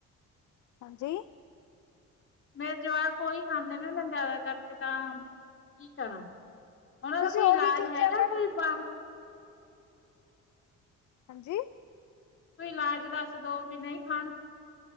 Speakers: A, on the left; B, on the left.
A: ਹਾਂਜੀ।
B: ਮੇਰੇ ਜਵਾਕ ਉਹੀ ਖਾਂਦੇ ਨੇ ਮੈਂ ਜਿਆਦਾ ਕਰਕੇ ਤਾਂ ਕੀ ਕਰਾਂ। ਉਹਨਾਂ
A: ਤੁਸੀਂ
B: ਦਾ ਕੋਈ
A: ਉਹੀ
B: ਇਲਾਜ
A: ਚੀਜ਼ਾਂ
B: ਹੈਗਾ
A: ਉਹਨਾਂ ਨੂੰ
B: ਕੋਈ ਬਾਹਰ
A: ਹਾਂਜੀ।
B: ਕੋਈ ਇਲਾਜ ਦੱਸ ਦੋ ਵੀ ਨਹੀਂ ਖਾਣ।